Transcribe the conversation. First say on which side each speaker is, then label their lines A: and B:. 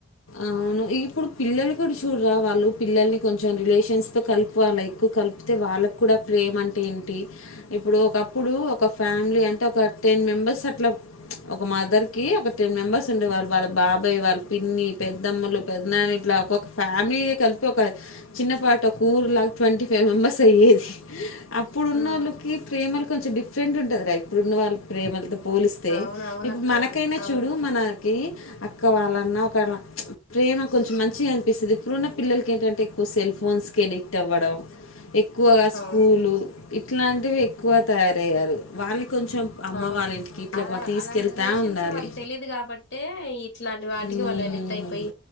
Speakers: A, on the left; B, on the left.
A: అవును ఇప్పుడు పిల్లలు కూడు చూడురా వాళ్ళు పిల్లల్ని కొంచెం రిలేషన్స్ తో కలుపాలి ఎక్కువ కలుపితే వాళ్ళకి కూడా ప్రేమ అంటే ఏంటి ఇప్పుడు ఒకప్పుడు క ఫ్యా మిలీ అంటే ఒక టెన్ మెంబర్స్ అట్లా ఒక మదర్ కి ఒక టెన్ మెంబర్స్ ఉండే వాళ్ళు వాళ్ళ బాబాయ్ వాళ్ళ పిన్ని పెద్దమ్మలు పెద్దనాన్న ఇట్లా ఒక్కొక్క ఫ్యామిలీ కలిపి ఒక చిన్నపాటి ఒక ఊరు లాగా ట్వంటీ ఫైవ్ మెంబర్స్ అయ్యేది అప్పుడు ఉన్నోళ్ళకి
B: హ్మ్
A: ప్రేమలు కొంచం మంచి డిఫరెంట్ ఉంటందిరా ఇప్పుడున్న వాళ్ళ ప్రేమలతో పోలిస్తే
B: అవునవునక్క.
A: ఇప్పుడు మనకైనా
B: అవును.
A: చూడు మన కి అక్క వాళ్ళన్నా ఒకళ ప్రేమ కొంచెం మంచిగా అనిపిస్తుంది ఇప్పుడున్న పిల్లలకి ఏంటంటే ఎక్కువ సెల్ ఫోన్స్ ఎడిక్ట్ అవ్వడం ఎక్కువగా
B: అక్క,
A: స్కూలు
B: అవును. అవును.
A: ఇట్లాంటివి ఎక్కువ తయారయ్యారు వాళ్ళని కొంచెం అమ్మ
B: అవును
A: వాళ్ళ ఇంటికి ఇట్లా
B: అ
A: ప- తీసుకెళ్తా
B: అలాంటి రిలేషన్స్
A: ఉండాలి
B: వాళ్ళకి తెలీదు కాబట్టే ఇట్లా వాటికి
A: ఉమ్.
B: వాళ్ళు ఎడిక్ట్ అయిపోయి